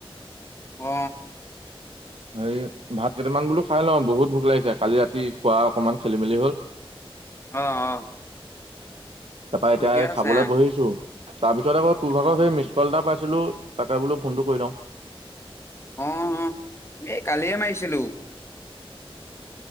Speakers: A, on the left; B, on the right.
A: অ।
B: হেৰি ভাত কেইটামান বোলো খাই লওঁ, বহুত ভোক লাগিছে কালি ৰাতি খোৱা অকনমান খেলি মেলি হ'ল।
A: অ, অ।
B: তাৰপা, এতিয়া
A: ঠিকে আছে
B: খাবলৈ বহিছো তাৰ পিছত আকৌ তোৰ
A: অ
B: ভাগৰ সেই মিচ কল, এটা পাইছিলো তাকে বোলো ফোনটো কৰি লওঁ।
A: অ, অ এই কালিয়ে মাৰিছিলো।